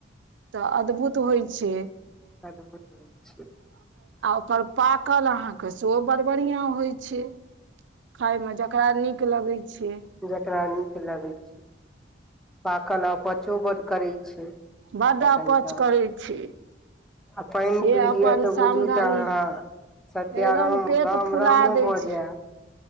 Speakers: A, on the right (about 75°); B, in the centre.
A: तऽ अद्भुत होइ छै
B: अद्भुत हो छै
A: पर पाकल अहाँके सेहो बड़ बढियाँ होइ छै खााय मे जकरा नीक लगै छै
B: जकरा निक लगै छै पाकल अपचो बड करै छै
A: बड्ड
B: तखन
A: अपच
B: तऽ
A: करै छै
B: आ पैन
A: से
B: पी
A: अपन
B: लिय तऽ
A: सामधानी
B: बुझू त हाँ सत्या
A: एकदम
B: राम
A: पेट
B: राम
A: फुला
B: रामो
A: दै
B: भ
A: छै
B: जे